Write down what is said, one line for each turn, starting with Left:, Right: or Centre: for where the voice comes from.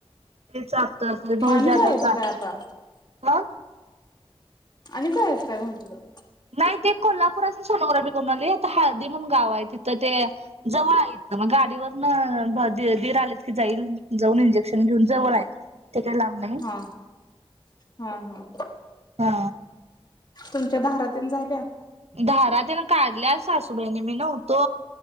Right: ते जात ते बहुजी
Left: मग आणि
Right: आल्यावर
Left: जायचं
Right: जा
Left: काय आता
Right: म
Left: आणि काय हेच काय म्हंटलं.
Right: नाई ते कोल्हापूरासन सोनोग्रापी करून आणली, आता हळदी म्हणून गाव हाय, तिथं ते जवळ हाय हितन मग गाडीवरन भ दी दीर आलेत की जाईल जाऊन इंजेक्शन घेऊन जवळ आय. ते काय लांब नई,
Left: हा हा हा
Right: हा
Left: तुमच्या धारा तेन झाल्या?
Right: धारातेन काढल्या सासूबाईंनी मी नव्हतो,